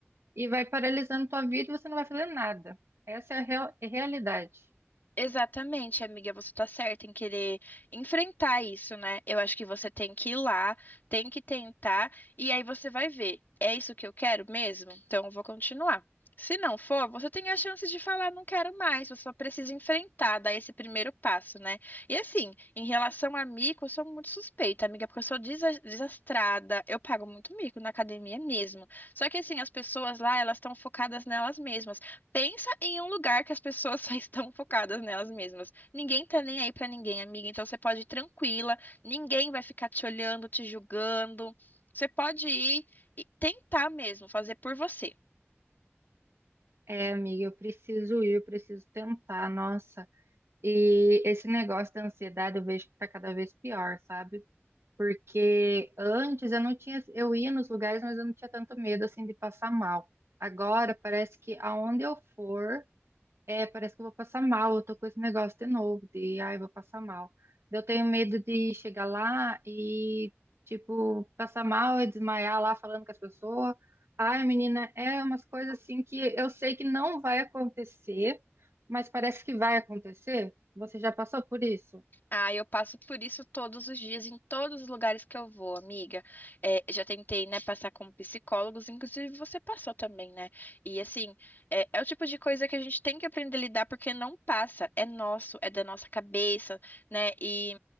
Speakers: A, on the right; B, on the left.
A: e vai paralisando tua vida e você não vai fazer nada. Essa é a real- é a realidade.
B: Exatamente, amiga, você tá certa em querer enfrentar isso, né? Eu acho que você tem que ir lá, tem que tentar, e aí você vai ver, é isso que eu quero mesmo? Então eu vou continuar. Se não for, você tem a chance de falar, não quero mais, você só precisa enfrentar, dar esse primeiro passo, né? E assim, em relação a mico, eu sou muito suspeita, amiga, porque eu sou desa- desastrada, eu pago muito mico na academia mesmo. Só que assim, as pessoas lá, elas estão focadas nelas mesmas. Pensa em um lugar que as pessoas <laughs> só estão focadas nelas mesmas. Ninguém tá nem aí pra ninguém, amiga. Então você pode ir tranquila, ninguém vai ficar te olhando, te julgando. Você pode ir e tentar mesmo fazer por você.
A: É, amiga, eu preciso ir, eu preciso tentar, nossa. E esse negócio da ansiedade eu vejo que tá cada vez pior, sabe? Porque antes eu não tinha, eu ia nos lugares, mas eu não tinha tanto medo assim de passar mal. Agora parece que aonde eu for, é, parece que eu vou passar mal. Eu tô com esse negócio de novo, de ai, vou passar mal. Eu tenho medo de chegar lá e tipo passar mal e desmaiar lá falando com as pessoas. Ai, menina, é umas coisas assim que eu sei que não vai acontecer, mas parece que vai acontecer. Você já passou por isso?
B: Ah, eu passo por isso todos os dias, em todos os lugares que eu vou, amiga. É, já tentei, né, passar com psicólogos, inclusive você passou também, né? E assim, é, é o tipo de coisa que a gente tem que aprender a lidar, porque não passa, é nosso, é da nossa cabeça, né? E